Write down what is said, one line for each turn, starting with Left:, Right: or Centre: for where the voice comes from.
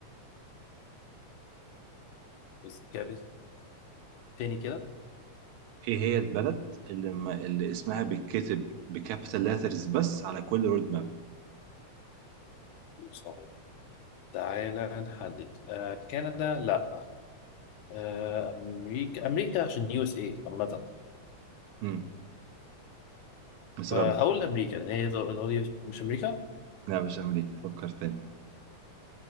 Left: بس كابت تاني كده
Right: ايه هي البلد اللي, ما اللي اسمها بيتكتب بكابيتال لترز بس على كل وود ماب
Left: صعب تعالى نحدد آه كندا لا آه امريكا امريكا عشان يو اس اي عامة
Right: امم بس
Left: فهقول
Right: غلط
Left: امريكا لان هي دول دول- مش امريكا
Right: لا مش امريكا فكر تاني